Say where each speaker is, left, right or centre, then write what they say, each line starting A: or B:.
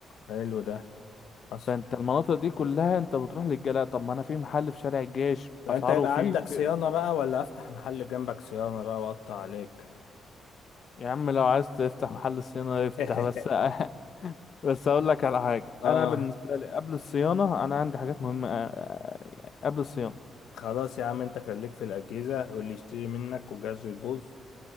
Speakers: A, on the left; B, on the left.
A: حلو ده حصل
B: فانت المناطق دي كلها انت بتروح للجلاء طب ما انا في محل في شارع الجيش
A: ده
B: اسعاره
A: انت يبقى
B: في,
A: عندك
B: في...
A: صيانة بقى ولا افتح محل جنبك صيانة بقى واقطع عليك
B: يا عم لو عايز تفتح محل صيانة افتح
A: <laughs>
B: بس <laughs> بس اقول لك على حاجة
A: اه
B: انا بالنسبة لي قبل الصيانة انا عندي حاجات مهمة آه، آه، يعني قبل الصيانة
A: خلاص يا عم انت خليك في الاجهزة واللي يشتري منك وجهازه يبوظ